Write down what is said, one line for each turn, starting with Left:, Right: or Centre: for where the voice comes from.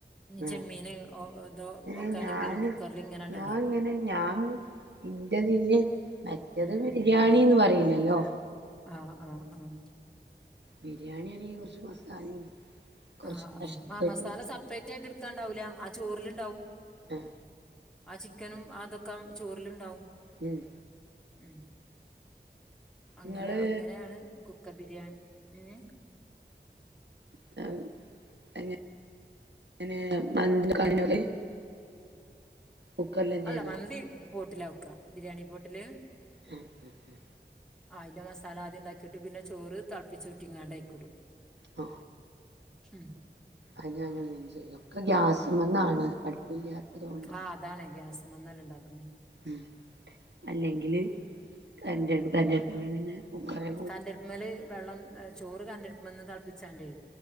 Right: ഉം
Centre: ചെമ്മീന് ഓ ഇതോ
Right: ഏഹ്
Centre: വക്കാണെങ്കിലും
Right: ഞാന്
Centre: കുക്കറിൽ ഇങ്ങനെണ്ട
Right: ഞാൻ
Centre: ഇണ്ടാക്കും
Right: ഇങ്ങനെ ഞാൻ ഇന്റെതില് മറ്റത്
Centre: ഉം
Right: ബിരിയാണിന്ന്
Centre: ഉം ഉം
Right: പറയില്ലല്ലോ
Centre: ആഹ് ആഹ് ആഹ്
Right: ബിരിയാണി ആണെങ്കിൽ കുറച്ച് മസാലയും കുറച്ച്
Centre: ആഹ് ആ്
Right: കഷ്ണൊക്കെട്ട്
Centre: ആ മസാല സെപ്പറേറ്റ് ആയിട്ട് എടുക്കാണ്ടാവില്ല ആ ചോറിലുണ്ടാവും
Right: ആഹ്
Centre: ആ ചിക്കനും ആ അതൊക്കെ ചോറിലുണ്ടാവും
Right: മം
Centre: ഉം അങ്ങനെ
Right: ഇങ്ങള്
Centre: അങ്ങനെയാണ് കുക്കർ ബിരിയാണി ഉം
Right: <unintelligible> കുക്കറിലെന്നേണോ
Centre: അല്ല മന്തി പോട്ടിലാ വെക്ക ബിരിയാണി പോട്ടില്
Right: ഉം ഉം ഉം
Centre: അയിന്റെ മസാല ആദ്യംന്താക്കിട്ട് പിന്നെ ചോറ് തിളപ്പിചൂറ്റി ങാണ്ട് അയിക്ഇടും
Right: ആ
Centre: ഉം
Right: അ ഞൻ <unintelligible> ഒക്കെ ഗ്യാസ് മെന്നാണ് അടുപ്പില്ലാത്തതോ
Centre: ആഹ് അതാണ് ഗ്യാസ് മന്നെല്ല ഉണ്ടാക്കുന്നത്
Right: ഉ അല്ലെങ്കില് കരണ്ട് അടുപ്പ പിന്നെ കുക്കറെ
Centre: കരണ്ട്ണ്ടെടുപുമെല് വെള്ളം ചോറ് കരണ്ട്ണ്ടെടുപ്പമൽന്ന് തിളപ്പിച്ചാണ്ടേ